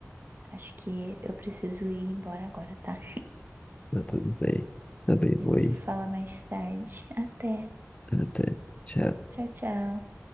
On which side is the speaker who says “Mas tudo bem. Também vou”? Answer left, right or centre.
Left